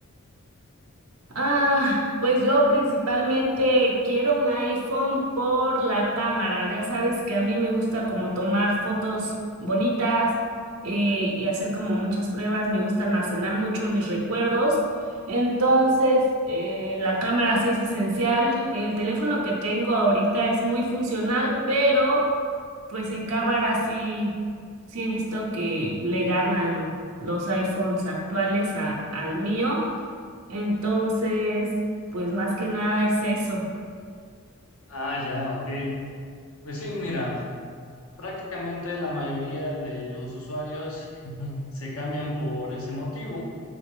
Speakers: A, on the right (about 80°); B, on the left (about 75°).
A: Ah, pues yo principalmente quiero un iPhone por la cámara. Ya sabes que a mí me gusta como tomar fotos bonitas eh, y hacer como muchas pruebas. Me gusta almacenar mucho mis recuerdos. Entonces, eh, la cámara sí es esencial. El teléfono que tengo ahorita es muy funcional, pero pues en cámara sí, sí he visto que le ganan los iPhones actuales a- al mío. Entonces, pues más que nada es eso.
B: Ah, ya, ok. Pues sí, mira, prácticamente la mayoría de los usuarios se cambian por ese motivo.